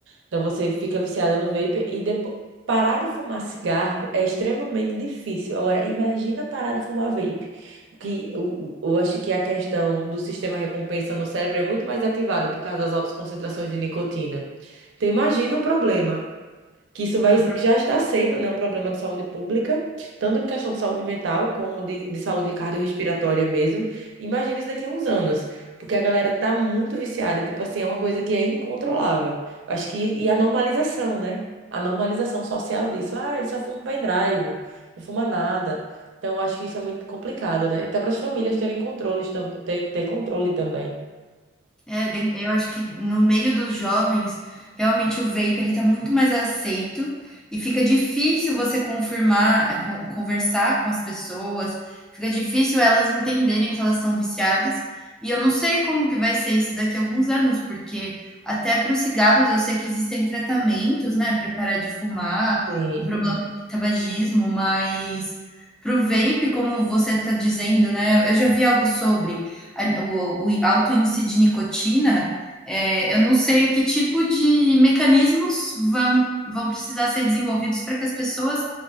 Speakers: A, on the right (about 85°); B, in the centre.
A: Então, você fica viciada no vape e depois... Parar de fumar cigarro é extremamente difícil. Agora, imagina parar de fumar vape. Que eu, eu acho que a questão do sistema recompensa no cérebro é muito mais ativado por causa das altas concentrações de nicotina. Então, imagina o problema que isso
B: Não,
A: vai, que já está sendo, né, um problema de saúde pública, tanto em questão de saúde mental como de, de saúde cardiorrespiratória mesmo. Imagina isso daqui a uns anos, porque a galera tá muito viciada, tipo assim, é uma coisa que é incontrolável. Acho que, e a normalização, né? A normalização social disso. Ah, ele só fuma um pendrive, não fuma nada. Então, eu acho que isso é muito complicado, né? E até para as famílias terem controle tam- ter, ter controle também.
B: É, den- eu acho que no meio dos jovens, realmente o vape ele está muito mais aceito e fica difícil você confirmar, é, con- conversar com as pessoas, fica difícil elas entenderem que elas estão viciadas. E eu não sei como que vai ser isso daqui a alguns anos, porque até para os cigarros eu sei que existem tratamentos, né, para parar de fumar,
A: Sim.
B: com problema de tabagismo, mas para o vape, como você está dizendo, né, eu já vi algo sobre a- o, o alto índice de nicotina, é, eu não sei que tipo de mecanismos vão, vão precisar ser desenvolvidos para que as pessoas